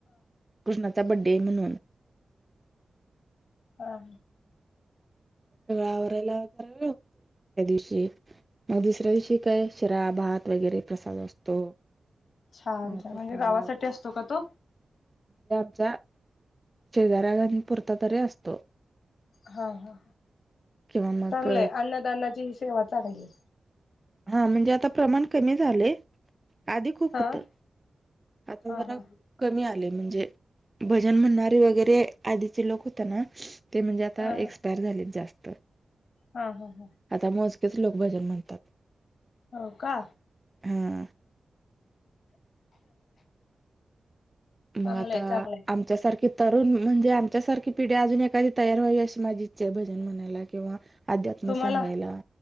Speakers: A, on the right (about 20°); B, on the left (about 80°).
A: कृष्णाचा बड्डे म्हणून
B: हा.
A: आवरायला जरा वेळ होतो त्या दिवशी मग दुसऱ्या दिवशी काय शिरा भा त वगैरे प्रसाद असतो.
B: छान-छान
A: अ कोणाला
B: म्हणजे गावासाठी असतो का तो?
A: दाबचा शेजाऱ्यानी पुरता तरी असतो.
B: हा हा
A: किंवा मग
B: चांगलंय अन्नदान्नाची ही सेवा चांगली आहे.
A: हा म्हणजे आता प्रमाण कमी झाले. आधी खूप
B: हा
A: होतं आता
B: हा
A: जरा
B: हा
A: कमी आले म्हणजे भजन म्हणणारे वगैरे आधीचे लोकं होते ना ते म्हणजे आता
B: हा
A: एक पायर झालेत जास्त.
B: हा हा हा.
A: आता मोजकेच लोक भजन म्हणतात.
B: हो का?
A: हा मग
B: चांगलंय
A: आता
B: चांगलंय
A: आम आमच्या सारखी तरुण म्हणजे आमच्या सारखी पिढी अजून एखादी तयार व्हावी अशी इच्छा माझी आहे भजन म्हणायला किंवा अध्यात्म
B: तुम्हाला
A: सांगायला.